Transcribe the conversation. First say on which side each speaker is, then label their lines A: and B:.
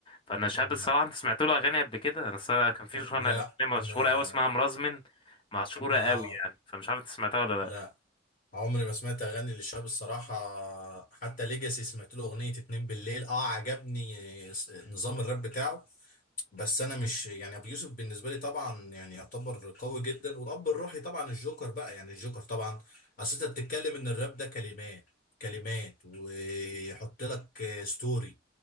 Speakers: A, on the left; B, on the left.
A: فانا شهاب
B: امم
A: الصراحة انت سمعت له اغاني قبل كده انا الصراحة كان في اغنية
B: لا
A: أغنية
B: انا
A: مشهورة قوي اسمها مرزمن مشهورة
B: اه
A: قوي يعني فمش عارف انت سمعتها ولا
B: لا
A: لا
B: عمري ما سمعت اغاني للشاب الصراحه حتى ليجاسي سمعت له اغنيه اتنين بالليل اه عجبني س- نظام الراب بتاعه بس انا مش يعني ابو يوسف بالنسبه لي طبعا يعني يعتبر قوي جدا والاب الروحي طبعا الجوكر بقى يعني الجوكر طبعا اصل انت بتتكلم ان الراب ده كلمات كلمات ويحط لك آه، ستوري